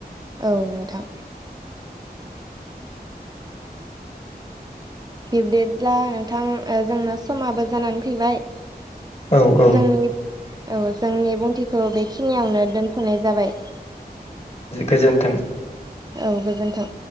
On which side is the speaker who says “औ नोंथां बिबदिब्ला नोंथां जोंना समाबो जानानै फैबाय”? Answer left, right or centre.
Right